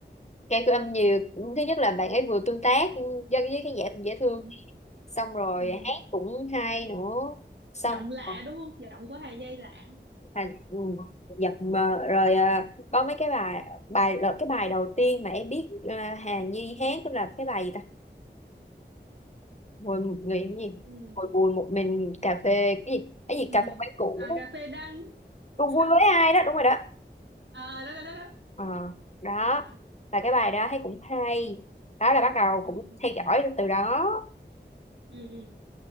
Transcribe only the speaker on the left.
Cái cứ âm nhiều thứ nhất là bạn ấy vừa tương tác với với cái dễ dễ thương
xong rồi
hát cũng hay nữa xong
rồi-
à, ừ, giật mờ rồi à, có mấy cái bài bài là cái bài đầu tiên mà em biết à, Hà Nhi hát tức là cái bài gì ta ngồi một người cái gì
ngồi buồn một mình cà phê cái gì cái
gì cà phê quán cũ
cùng
vui với ai đó đúng rồi đó
ờ đó
là cái bài đó thấy cũng hay đó là bắt đầu
cũng theo dõi từ đó